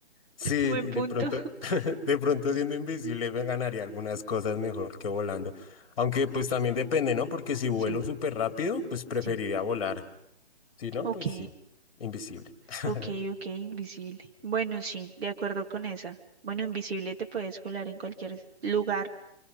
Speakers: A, on the left; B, on the right.
A: sí,
B: <laughs> Buen
A: de
B: punto.
A: pronto, <laughs> de pronto siendo invisible me ganaría algunas cosas mejor que volando. Aunque pues también depende, ¿no? Porque si vuelo
B: Sí,
A: súper rápido, pues preferiría
B: sí.
A: volar. Si no,
B: Ok,
A: pues sí, invisible. <laughs>
B: ok, ok, invisible. Bueno, sí, de acuerdo con esa. Bueno, invisible te puedes colar en cualquier lugar,